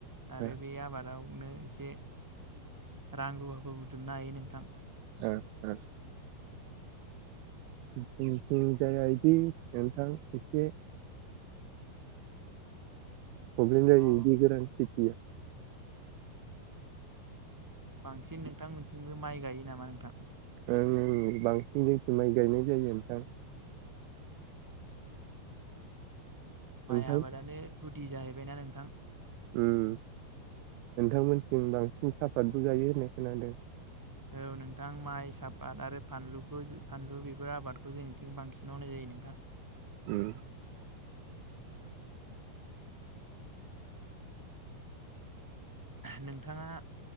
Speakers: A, in the centre; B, on the right.
A: आरो
B: ओ
A: बे आबादावनो एसे रां रुवाफोर बुथुमनो हायो नोंथां।
B: ओ ओ जोंथिं जाया इदि नोंथां एसे प्रब्लेम जायो
A: अ
B: इदि गोरान खेथिया।
A: बांसिन नोंथांमोनथिंबो माइ गायो नामा नोंथां?
B: ओं ओं बांसिन जोंनिथिं माइ गायनाय जायो नोंथां।
A: माइ
B: नोंथां
A: आबादानो गुदि जाहैबायना नोंथां।
B: उम नोंथांमोनथिं बांसिन साफातबो जायो होननाय खोनादों।
A: औ नोंथां माइ साफात आरो फानलुखौ फानलु बेफोर आबादखौ जोंथिं बांसिन मावनाय जायो नोंथां।
B: उम <inaudible>
A: नोंथाङा